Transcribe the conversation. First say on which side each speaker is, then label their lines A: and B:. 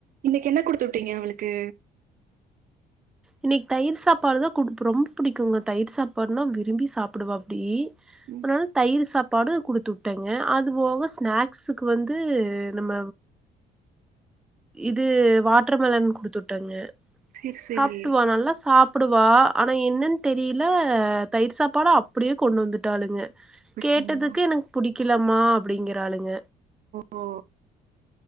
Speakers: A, on the right (about 55°); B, in the centre.
A: இன்னக்கி என்ன குடுத்துட்டிங்க அவுளுக்கு
B: இன்னக்கி தயிர் சாப்பாடு தா குடுப் ரொம்ப பிடிக்குங்க தயிர் சாப்பாடுனா விரும்பி சாப்டுவாப்டி
A: ம்
B: அதனால தயிர் சாப் பாடு குடுத்துட்டேங்க அது போக ஸ்நாக்ஸுக்கு வந்து நம்ம இது வாட்டர்மெலன் குடுத்துட்டங்க
A: சேரி சேரி
B: சாப்டுவா நல்லா சாப்டுவா ஆனா என்னன்
A: ம்
B: தெரில தயிர் சாப்பாடு அப்படியே கொண்டு வந்துட்டாளுங்க
A: குடுத்தீங்களா
B: கேட்டதுக்கு எனக்கு புடிக் கிலமா அப்பிடிங்கிறாளுங்க
A: ஓ